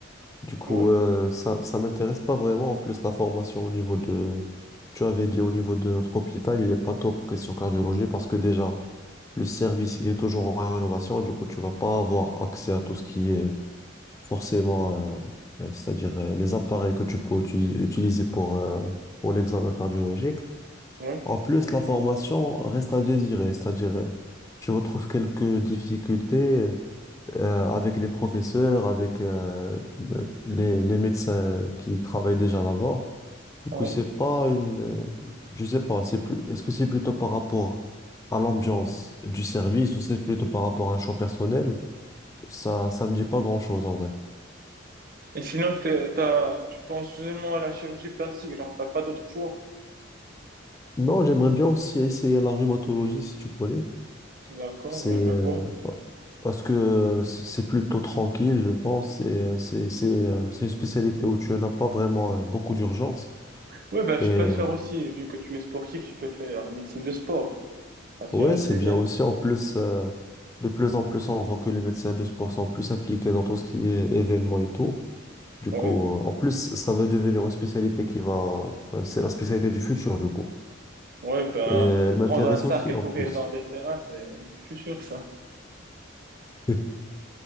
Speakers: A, on the left; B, on the right.
A: Du coup,
B: Oui,
A: euh, ça, ça m'intéresse pas vraiment. En plus, la formation au niveau de, tu avais dit au niveau de notre hôpital, il est pas top question cardiologie parce que déjà, le service, il est toujours en rénovation. Du coup, tu vas pas avoir accès à tout ce qui est forcément, euh, euh, c'est-à-dire euh, les appareils que tu peux uti- utiliser pour, euh, pour l'examen cardiologique.
B: oui,
A: En plus, la formation reste à désirer, c'est-à-dire, euh, tu retrouves quelques difficultés. euh, euh, avec les professeurs, avec euh, le- les, les médecins qui travaillent déjà là-bas. Du coup,
B: oui.
A: c'est
B: oui.
A: pas une, euh, je sais pas, c'est plus, est-ce que c'est plutôt par rapport à l'ambiance du service ou c'est plutôt par rapport à un choix personnel? Ça, ça me dit pas grand-chose en vrai.
B: Et sinon, t'es- t'as, tu penses seulement à la chirurgie plastique, genre, t'as pas d'autre choix.
A: Non, j'aimerais bien aussi essayer la rhumatologie si tu connais.
B: D'accord,
A: C'est
B: oui,
A: euh,
B: je vois.
A: pa- parce que c- c'est plutôt tranquille, je pense. C'est euh, c'est c'est euh, c'est une spécialité où tu n'as pas vraiment euh, beaucoup d'urgence.
B: Oui, ben, tu
A: Et euh,
B: peux faire aussi, vu que tu es sportif, tu peux faire médecine de sport. Ça t'ira
A: Ouais,
B: très
A: c'est bien
B: bien.
A: aussi. En plus, euh, de plus en plus, on voit que les médecins de sport sont plus impliqués dans tout ce qui est événements et tout. Du
B: Oui,
A: coup, euh, en plus, ça va devenir une spécialité qui va... enfin, c'est la spécialité du futur, du coup.
B: oui, ben,
A: Et elle m'intéresse
B: prendre un sac
A: aussi,
B: et
A: en
B: courir
A: plus.
B: dans des terrains, c'est du futur, ça.
A: <laughs>